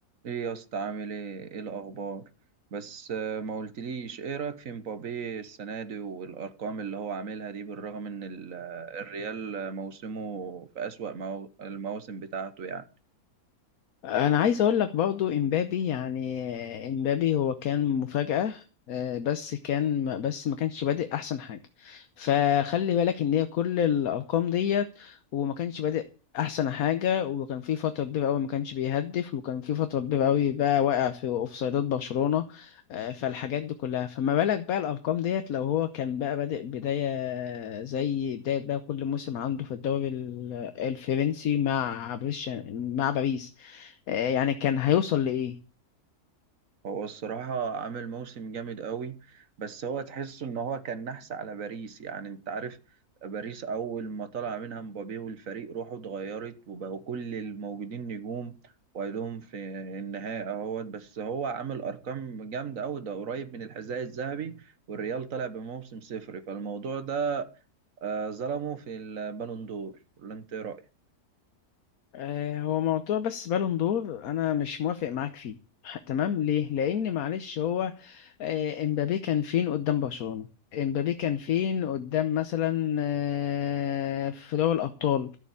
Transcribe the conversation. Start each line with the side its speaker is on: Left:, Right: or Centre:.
Right: ايه يا اسطى عامل ايه ايه الاخبار بس آه، ما قلتليش ايه رايك في مبابي السنه دي والارقام اللي هو عاملها دي بالرغم ان ال- آه، الريال آه، موسمه في اسوأ مو- المواسم بتاعته يعني
Left: انا عايز اقول لك برضو امبابي يعني امبابي هو كان مفاجأة آه، بس كان ما- بس ما كانش بادئ احسن حاجة فخلي بالك ان هي كل الارقام ديت وما كانش بادئ احسن حاجة وكان في فترة كبيرة قوي ما كانش بيهدف وكان في فترة كبيرة قوي بقى واقع في اوفسايدات برشلونة آه، فالحاجات دي كلها فما بالك بقى الارقام ديت لو هو كان بقى بادئ بداية زي بداية بقى كل موسم عنده في الدوري ال- الفرنسي مع بريش مع باريس آه، يعني كان هيوصل لإيه
Right: هو الصراحة عامل موسم جامد قوي بس هو تحسه ان هو كان نحس على باريس يعني انت عارف باريس اول ما طلع منها مبابي والفريق روحه اتغيرت وبقوا كل الموجودين نجوم وايدهم في النهائي اهوت بس هو عامل ارقام جامدة قوي ده قريب من الحذاء الذهبي والريال طلع بموسم صفر فالموضوع ده آه، ظلمه في البالون دور ولا انت إيه رأيك؟
Left: آه، هو موضوع بس بالون دور انا مش موافق معاك فيه ح- تمام ليه لان معلش هو آه، امبابي كان فين قدام برشلونة امبابي كان فين قدام مثلا آه، في دوري الابطال